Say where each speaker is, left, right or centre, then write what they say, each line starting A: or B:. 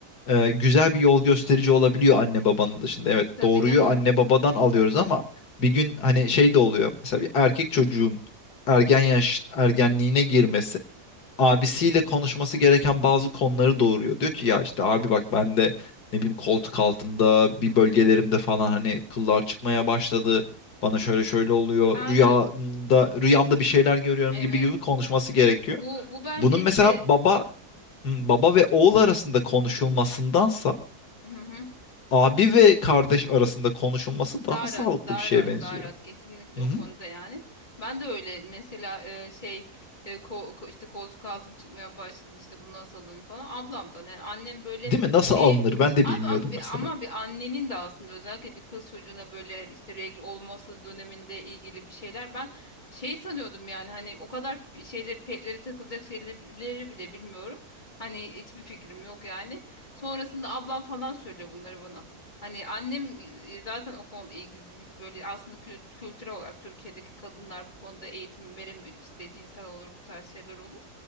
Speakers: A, on the left; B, on the left.
A: e, güzel bir yol gösterici olabiliyor anne babanın dışında. Evet
B: Tabii
A: doğruyu
B: canım.
A: anne babadan alıyoruz ama bir gün hani şey de oluyor mesela bir erkek çocuğun ergen yaş ergenliğine girmesi abisiyle konuşması gereken bazı konuları doğuruyor. Diyor ki ya işte abi bak ben de ne bileyim koltuk altımda bir bölgelerimde falan hani kıllar çıkmaya başladı. Bana şöyle şöyle oluyor.
B: Aynen.
A: Rüyamda rüyamda bir şeyler görüyorum
B: Evet.
A: gibi gibi konuşması gerekiyor.
B: Bu bu bence
A: Bunun
B: işte
A: mesela baba hı, baba ve oğul arasında konuşulmasındansa
B: Hı hı.
A: abi ve kardeş arasında konuşulması daha
B: Daha
A: sağlıklı
B: rahat, daha
A: bir şeye
B: rahat,
A: benziyor.
B: daha rahat kesinlikle
A: Hı
B: o
A: hı.
B: konuda yani. Ben de öyle mesela e, şey e, ko- ko- işte koltuk altım çıkmaya başladı işte bu nasıl alınır falan ablamdan yani annem böyle
A: Değil mi? Nasıl
B: şey
A: alınır? Ben de
B: abi,
A: bilmiyordum
B: abi
A: mesela.
B: ama bir annenin de aslında özellikle bir kız çocuğuna böyle işte regl olması döneminde ilgili bir şeyler ben şey sanıyordum yani hani o kadar şeyleri petleri takılacak şeyleri bile bilmiyorum. Hani hiçbir fikrim yok yani. Sonrasında ablam falan söylüyor bunları bana. Hani annem e, zaten o konuda ilgisiz hiç böyle aslında kü- kültürel olarak Türkiye'deki kadınlar bu konuda eğitim veremiyor işte cinsel olur bu tarz şeyler olur.